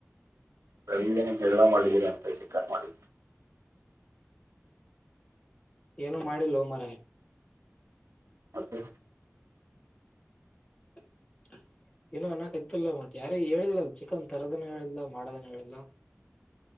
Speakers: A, on the right; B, on the left.
A: ಬೆಲ್ಲಿಗೆ ನಿ ಹಳ ಮಾಡಿದ್ದೀರ ಅಂತ ಚಿಕ್ಕನ್ ಮಾಡಿ
B: ಏನು ಮಾಡಿ ಲೋಮರಾಯ
A: ಹತ್ತೆ
B: <inaudible> ಏನೋ ಅನ್ನ ಕತಿಲ್ಲಂಟ ಯಾರೇ ಹೇಳಿಲ್ಲಲ್ ಚಿಕನ್ ತರೋದನ ಹೇಳಿಲ್ಲ ಮಾಡದನ ಹೇಳಿಲ್ಲ <inaudible>